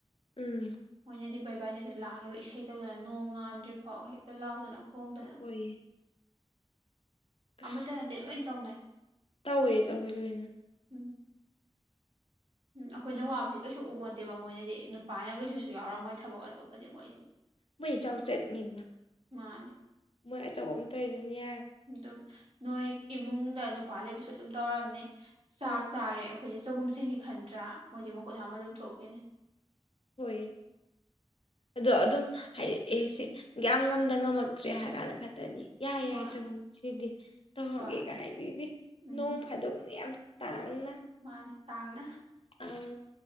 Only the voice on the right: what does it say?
ꯃꯣꯏꯅꯗꯤ ꯕꯩꯕꯥꯏꯅꯗ ꯂꯥꯡꯉꯤꯕ ꯏꯁꯩ ꯇꯧꯗꯅ ꯅꯣꯡ ꯉꯥꯟꯗ꯭ꯔꯤ ꯐꯥꯎ ꯍꯦꯛꯇ ꯂꯥꯎꯗꯅ ꯈꯣꯡꯗꯅ꯫
ꯑꯃꯠꯇ
ꯅꯠꯇꯦ ꯂꯣꯏ ꯇꯧꯅꯩ꯫
ꯎꯝ ꯎꯝ ꯑꯩꯈꯣꯏꯅ ꯋꯥꯕꯁꯤ ꯀꯩꯁꯨ ꯎꯕꯣꯟꯠꯇꯦꯕ ꯃꯣꯏꯅꯗꯤ ꯅꯨꯄꯥꯅ ꯀꯩꯁꯨꯁꯨ
ꯌꯥꯎꯔꯝꯃꯣꯏ ꯊꯕꯛ ꯑꯇꯣꯞꯄꯗꯤ ꯃꯣꯏꯁꯤꯗꯤ꯫
ꯃꯥꯅꯦ꯫
ꯑꯗꯨꯝ ꯅꯣꯏ ꯏꯃꯨꯡꯗ ꯅꯨꯄꯥ ꯂꯩꯕꯁꯨ ꯑꯗꯨꯝ ꯇꯧꯔꯝꯅꯤ ꯆꯥꯛ
ꯆꯥꯔꯦ ꯑ ꯈꯣꯏꯗꯤ ꯆꯒꯨꯝ ꯁꯦꯡꯒꯦ ꯈꯟꯗ꯭ꯔꯥ ꯃꯣꯏꯗꯤ ꯃꯈꯨꯠ ꯍꯥꯝꯃ ꯑꯗꯨꯝ ꯊꯣꯛꯈꯤꯅꯤ꯫
ꯃꯥꯅꯦ
ꯍꯣꯏ
ꯎꯝ
ꯃꯥꯅꯦ ꯇꯥꯡꯅ